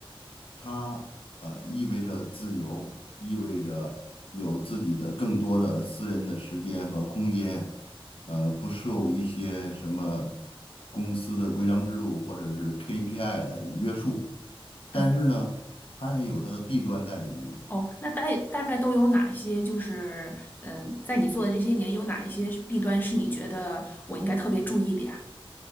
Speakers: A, on the left; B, on the left.
A: 它呃意味着自由，意味着有自己的更多的私人的时间和空间，呃，不受一些什么公司的规章制度或者是 KPI 的约束。
B: 嗯，
A: 但是呢，它也有它的弊端在里面。
B: 哦，那大大概都有哪些？就是，嗯、在你做的这些年，有哪一些是弊端是你觉得我应该特别注意的呀？